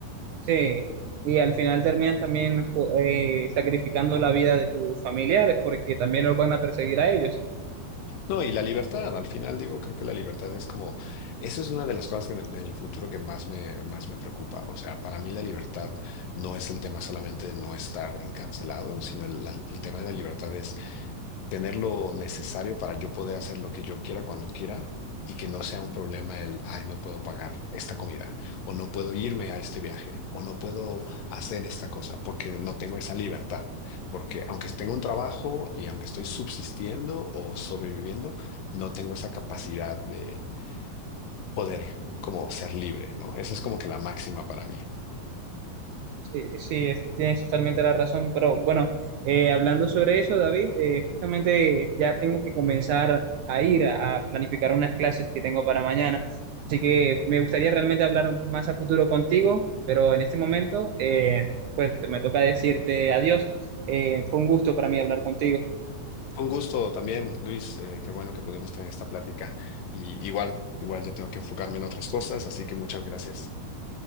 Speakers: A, on the right; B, on the left.
A: Sí. Y al final terminas también eh, sacrificando la vida de tus familiares porque también los van a perseguir a ellos.
B: No, y la libertad, al final digo, creo que la libertad es como, eso es una de las cosas que en el futuro que más me, más me preocupa. O sea, para mí la libertad no es el tema solamente de no estar encarcelado, sino el la- el tema de la libertad es tener lo necesario para yo poder hacer lo que yo quiera cuando quiera y que no sea un problema el, ay, no puedo pagar esta comida o no puedo irme a este viaje o no puedo hacer esta cosa porque no tengo esa libertad. Porque aunque tengo un trabajo y aunque estoy subsistiendo o sobreviviendo, no tengo esa capacidad de poder como ser libre, ¿no? Esa es como que la máxima para mí.
A: Sí, sí, es- tienes totalmente la razón, pero bueno, eh, hablando sobre eso, David, eh, justamente ya tengo que comenzar a ir a planificar unas clases que tengo para mañana, así que me gustaría realmente hablar más a futuro contigo, pero en este momento, eh, pues me toca decirte adiós. Eh, fue un gusto para mí hablar contigo.
B: Un gusto también, Luis. eh, qué bueno que pudimos tener esta plática. Y igual, igual ya tengo que enfocarme en otras cosas, así que muchas gracias.